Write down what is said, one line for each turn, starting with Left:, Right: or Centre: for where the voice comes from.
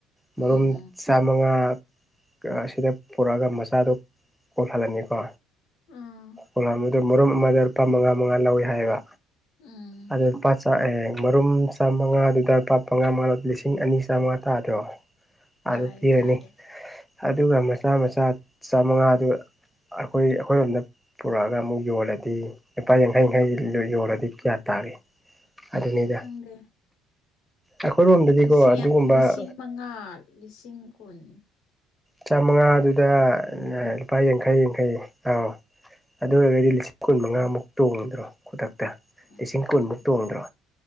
Centre: ꯃꯔꯨꯝ
Left: ꯎꯝ ꯎꯝ
Centre: ꯆꯥꯃꯉꯥ ꯑꯁꯤꯗ ꯄꯨꯔꯛꯑꯒ ꯃꯆꯥꯗꯨ ꯀꯣꯜꯍꯜꯂꯅꯤꯀꯣ
Left: ꯎꯝ
Centre: ꯀꯣꯝꯗꯨꯗ ꯃꯔꯨꯝ ꯑꯃꯗ ꯂꯨꯄꯥ ꯃꯉꯥ ꯃꯉꯥ ꯂꯧꯏꯤ ꯍꯥꯏꯌꯦꯕ
Left: ꯎꯝ
Centre: ꯑꯗꯨꯗ ꯄꯥꯁꯥ ꯑꯦ ꯃꯔꯨꯝ ꯆꯥꯝꯃꯉꯥꯗꯨꯗ ꯄ ꯃꯉꯥ ꯃꯉꯥ ꯂꯤꯁꯤꯡ ꯑꯅꯤ ꯆꯥꯃꯉꯥ ꯇꯥꯗ꯭ꯔꯣ ꯑꯗꯨ
Left: ꯇꯌꯦ
Centre: ꯄꯤꯔꯅꯤ
Left: ꯇꯌꯦ
Centre: ꯑꯗꯨꯒ ꯃꯆꯥ ꯃꯆꯥ ꯆꯃꯉꯥꯗꯨ ꯑꯩꯈꯣꯏ ꯑꯩꯈꯣꯏꯔꯣꯝꯗ ꯄꯨꯔꯛꯑꯒ ꯑꯃꯨꯛ ꯌꯣꯜꯂꯗꯤ ꯂꯨꯄꯥ ꯌꯥꯡꯈꯩ ꯌꯥꯡꯈꯩ ꯌꯣꯜꯂꯗꯤ ꯀꯌꯥ ꯇꯥꯒꯦ
Left: <inaudible>
Centre: ꯑꯗꯨꯅꯤꯗ
Left: ꯈꯪꯗꯦ
Centre: ꯑꯩꯈꯣꯏꯔꯣꯝꯗꯗꯤꯀꯣ
Left: ꯂꯤꯁꯤꯡ
Centre: ꯑꯗꯨꯒꯨꯝꯕ
Left: ꯂꯤꯁꯤꯡ ꯃꯉꯥ ꯂꯤꯁꯤꯡ ꯀꯨꯟ
Centre: ꯆꯥꯃꯉꯥꯗꯨꯗ ꯂꯨꯄꯥ ꯌꯥꯡꯈꯩ ꯌꯥꯡꯈꯩ ꯑꯥꯎ ꯑꯗꯨ ꯑꯣꯏꯔꯒꯗꯤ ꯂꯤꯁꯤꯡ ꯀꯨꯟ ꯃꯉꯥꯃꯨꯛ ꯇꯣꯡꯗ꯭ꯔꯣ ꯈꯨꯗꯛꯇ
Left: ꯎꯝ
Centre: ꯂꯤꯁꯤꯡ ꯀꯨꯟꯃꯨꯛ
Left: ꯎꯝ ꯎꯝ
Centre: ꯇꯣꯡꯗ꯭ꯔꯣ